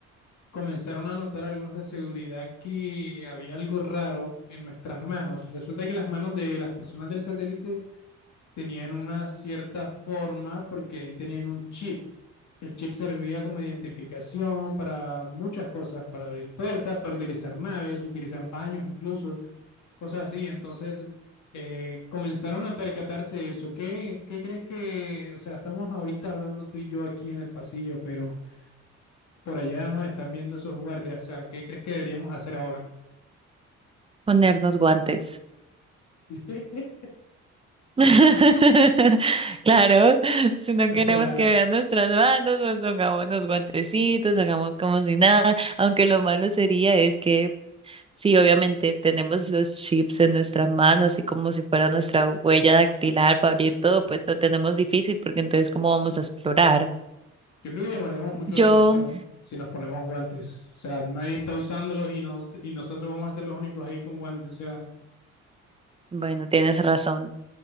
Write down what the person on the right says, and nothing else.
Ponernos guantes.
<laughs> Claro, si no
queremos
que vean nuestras manos, pues pongamos los guantecitos, hagamos como si nada, aunque lo malo sería es que sí, obviamente tenemos los chips en nuestras manos, así como si fuera nuestra huella dactilar para abrir todo, pues lo tenemos difícil porque entonces ¿cómo vamos a explorar?
Yo,
bueno, tienes razón.